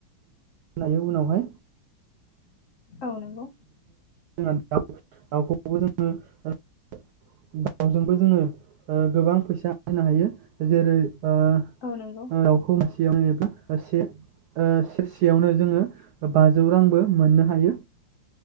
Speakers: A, on the right; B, on the left.
A: नायो उनावहाय
B: औ नंगौ
A: जोंना दाउ दाउखौबो जोङो <unintelligible> दाउजोंबो जोङो ओ गोबां फैसा <unintelligible> नो हायो जेरै ओ ओ
B: औ नंगौ
A: दाउखौ मासेयावनो एबा <unintelligible> से ओ सेर सेयावनो जोङो बाजौ रांबो मोननो हायो।